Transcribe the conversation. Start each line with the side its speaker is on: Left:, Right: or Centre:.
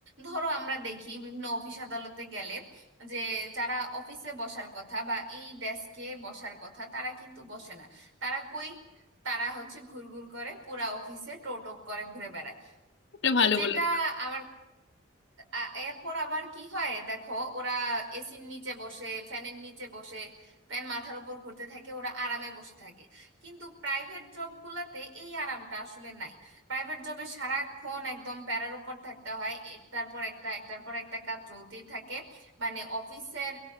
Right: ধরো আমরা দেখি বিভিন্ন অফিস আদালতে গেলে যে যারা অফিসে বসার কথা বা এই ডেস্কে বসার কথা তারা কিন্তু বসে না তারা কই তারা হচ্ছে ঘুরঘুর করে পুরা অফিসে টোটো করে ঘুরে বেড়ায়
Left: এটা ভালো
Right: তো যেটা
Left: বলে
Right: আমার আ- এরপর আবার কি হয় দেখো ওরা এসির নিচে বসে ফ্যানের নিচে বসে ফ্যান মাথার উপর ঘুরতে থাকে ওরা আরামে বসে থাকে কিন্তু প্রাইভেট জব গুলাতে এই আরামটা আসলে নাই প্রাইভেট জবে সারাক্ষণ একদম প্যারার উপর থাকতে হয় একটার পর একটা একটার পর একটা কাজ চলতেই থাকে মানে অফিসের